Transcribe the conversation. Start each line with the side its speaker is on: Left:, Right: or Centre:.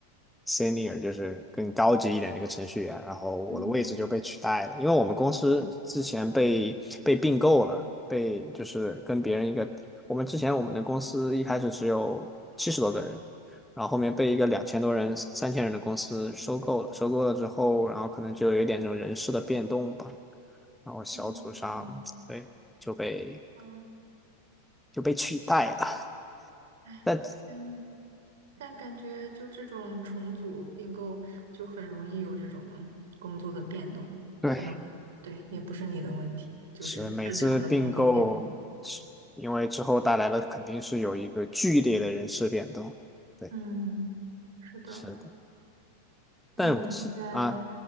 Centre: senior 就是更高级一点的一个程序员，然后我的位置就被取代了，
Right: 嗯，
Centre: 因为我们公司之前被被并购了，被就是跟别人一个，我们之前我们的公司一开始只有七十多个人，然后后面被一个两千多人、三千人的公司收购了，收购了之后，然后可能就有一点这种人事的变动吧，然后小组上对就被
Right: 哦，啊，
Centre: 就被取代了，<laughs>
Right: 哎，
Centre: 但
Right: 嗯，但感觉就这种重组并购，就很容易有这种工作的变动，
Centre: 对，
Right: 可能对，也不是你的问题，就是正常的工作变动。
Centre: 是每次并购，是因为之后带来了肯定是有一个剧烈的人事变动，对，
Right: 嗯，是的。
Centre: 是的，
Right: 那你现在，
Centre: 但是啊，